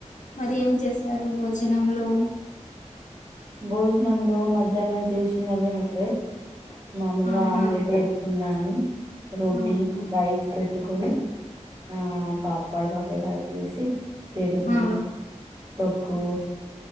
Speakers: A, on the left (about 80°); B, on the right (about 35°).
A: మరి ఏం చేశారు భోజనంలో
B: భోజనంలో మధ్యాహ్నం చేసినవి ఉండే మామూలుగా
A: ఆహా
B: ఆమ్లెట్ వేస్తున్నాను రోటీ
A: ఆహా
B: రైస్ పెట్టుకొని ఆ పాపడు వగరా చేసి పెరుగు
A: ఆ
B: తక్కు